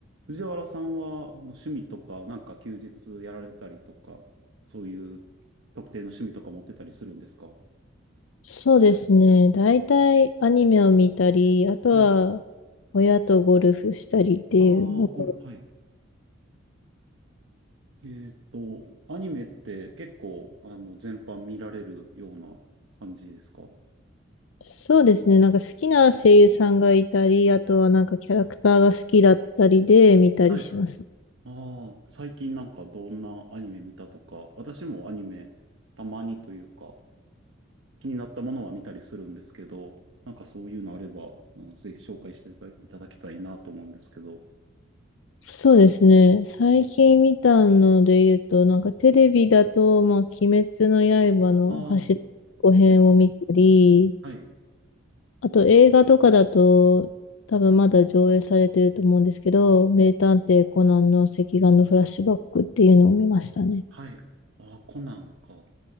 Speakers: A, on the right (about 65°); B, on the left (about 70°).
A: 藤原さんは、あの趣味とか、なんか休日やられたりとか、そういう特定の趣味とか持ってたりするんですか
B: そうですね。大体アニメを見たり、あとは
A: はい。
B: 親とゴルフしたりっていうのが
A: ああ、ゴルフ、はい。えーっと、アニメって結構、あの、全般見られるような感じですか
B: そうですね。なんか好きな声優さんがいたり、あとはなんかキャラクターが好きだったりで見たりします。
A: はい。ああ、最近なんかどんなアニメ見たとか、私もアニメ、たまにというか、気になったものは見たりするんですけど、なんかそういうのあれば、うん、ぜひ紹介していただきたいなと思うんですけど。
B: そうですね。最近見たので言うと、なんかテレビだと、まあ、鬼滅の刃の走っこ編を見たり、
A: ああ。はいはい。
B: あと映画とかだと、多分まだ上映されてると思うんですけど、名探偵コナンの赤眼のフラッシュバックっていうのを見ましたね。
A: はい。ああ、コナンか。